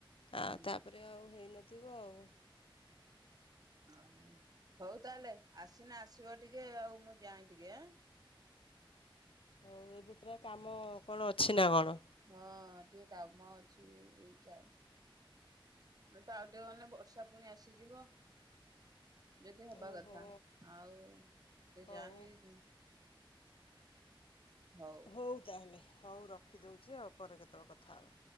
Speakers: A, on the left (about 80°); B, on the right (about 45°).
A: ଆ
B: ହୁଁ।
A: ତାପରେ ଆଉ ହେଇନଥିବ ଆଉ।
B: ଆଉ, ହୋଉ ତାହେଲେ ଆସିନ ଆସିବ ଟିକେ, ଆଉ ମୁଁ ଯାଏଁ ଟିକେ।
A: ହୋଉ ଏବେ ପୁରା କାମ କଣ ଅଛି ନା କଣ?
B: ହଁ ଟିକେ କାମ ଅଛି ଏଇ ଚା ଏ ତ ଆଉ ଟିକେ ଗନେ, ବର୍ଷା ଫୁଣି ଆସିଯିବ। ଯଦି ହବା
A: ଓହୋ
B: କଥା, ଆଉ ଟିକେ
A: ହଉ
B: ଜାଣି ହଉ।
A: ହୋଉ ତାହେଲେ, ହୋଉ ରଖିଦୋଉଛି ଆଉ, ପରେ କେତେବେଳେ କଥା ହେବା।